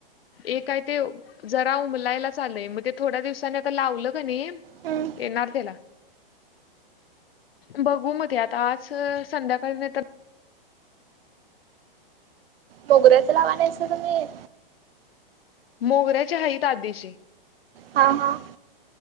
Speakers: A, on the left; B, on the right.
A: एक काय ते जरा उमलायलाच आलय मग ते थोड्या दिवसाांनी आता लावलं का नाही
B: हम्म
A: येणार त्याला बघू म ते आता आज संध्याकाळ म
B: मोगऱ्याचं लावानायचं तुम्ही
A: मोगऱ्याचे ह त आ देशी
B: हा हा